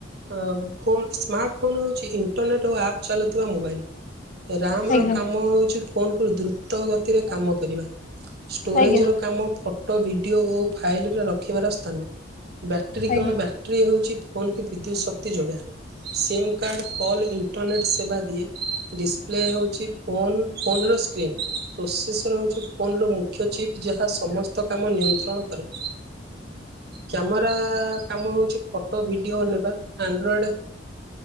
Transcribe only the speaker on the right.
ଅ ଫୋନ୍ ସ୍ମାର୍ଟ ଫୋନ୍ ହେଉଛି ଇଣ୍ଟରନେଟ୍ ଓ ଆପ୍ ଚାଲୁଥିବା ମୋବାଇଲ। ରାମ ର
କାମ ହଉଛି ଫୋନ କୁ ଦ୍ରୁତ ଗତିରେ କାମ କରିବା। ଷ୍ଟୋରେଜର
କାମ ଫଟୋ ଭିଡ଼ିଓ ଓ ଫାଇଲିରେ ରଖିବାର ସ୍ଥାନ ବ୍ୟାଟେରୀ କଣ?
ବ୍ୟାଟେରୀ ହେଉଛି ଫୋ କି ବିଦ୍ୟୁତ୍ ଶକ୍ତି ଯୋଗାଏ। ସିମ୍ କାର୍ଡ କଲ୍ ଇଣ୍ଟରନେଟ୍ ସେବା ଦିଏ ଡିସପ୍ଲେ ହଉଛି ଫୋନ୍ ଫୋନ ର ସ୍କ୍ରିନ ପ୍ରୋସେସର ହଉଛି ଫୋନ ର ମୁଖ୍ୟ ଚିପ୍ ଯାହା ସମସ୍ତ କାମ ନିୟନ୍ତ୍ରଣ କରେ। କ୍ୟାମେରା କାମ ହଉଛି ଫଟୋ ଭିଡିଓ ନେବା ଆଣ୍ଡ୍ରଏଡ